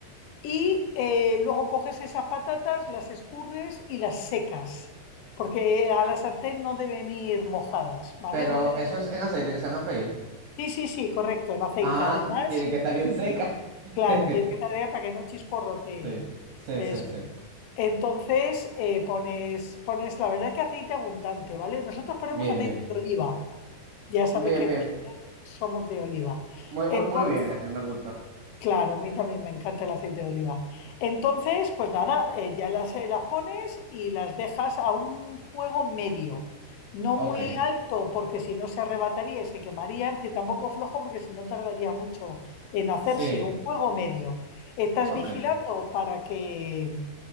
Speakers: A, on the left; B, on the right.
A: y eh, luego coges esas patatas, las escurres y las secas, porque a la sartén no deben ir mojadas, ¿vale?
B: Pero
A: No deben
B: eso
A: ir-
B: es en aceite que se van a freír.
A: Sí, sí, sí, correcto, en aceite.
B: Ah,
A: Además,
B: tienen que estar bien secas. <laughs>
A: claro, tiene que estar para que no chisporrote.
B: Sí, sí,
A: Eso
B: sí, sí.
A: es. Entonces, eh, pones, pones, la verdad es que aceite abundante, ¿vale? Nosotros ponemos
B: Bien,
A: aceite
B: bien.
A: de oliva. Ya sabes
B: Bien,
A: que
B: bien.
A: nosotros somos de oliva.
B: Muy,
A: Entonces,
B: muy, muy bien ese, me gusta.
A: claro, a mí también me encanta el aceite de oliva. Entonces, pues nada, eh, ya las, eh, las pones y las dejas a un fuego medio. No
B: Ok,
A: muy alto, porque si no se arrebataría y se quemaría, ni tampoco flojo, porque si no tardaría mucho en hacerse.
B: sí,
A: Un fuego medio. Estás
B: ok.
A: vigilando para que